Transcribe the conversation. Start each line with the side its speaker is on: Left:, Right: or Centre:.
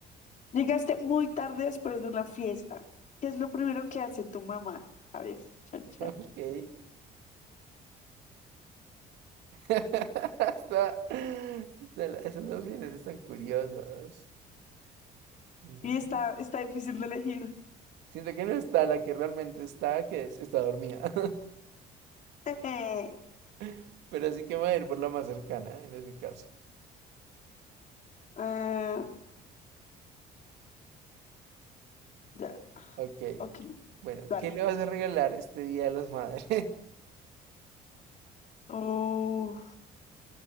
Left: Llegaste muy tarde después de una fiesta. ¿Qué es lo primero que hace tu mamá? A ver, chan, chan.
Right: Ok. <laughs> Está, está- esas opciones están curiosas. No.
Left: Y está, está difícil de elegir.
Right: Siento que no está la que realmente está, que es, está dormida.
Left: <laughs>
Right: <laughs> Pero sí que me voy a ir por la más cercana en ese caso.
Left: Ah, ya,
Right: Ok.
Left: ok,
Right: Bueno,
Left: dale.
Right: ¿qué le vas a regalar este Día de las Madres?
Left: Oh,